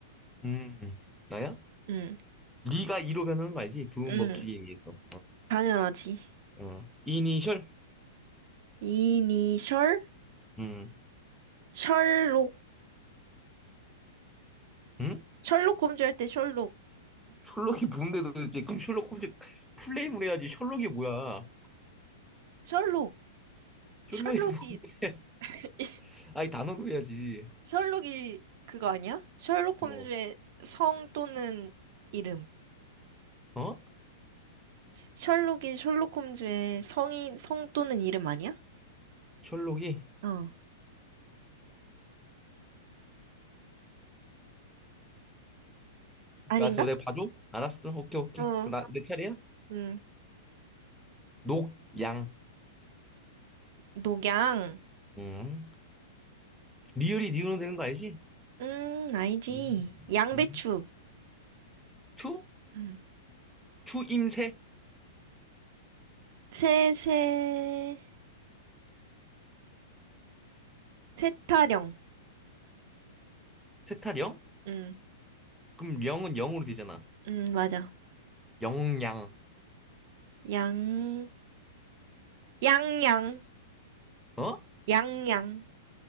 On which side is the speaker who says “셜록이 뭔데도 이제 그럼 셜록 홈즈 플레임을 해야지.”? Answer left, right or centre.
Centre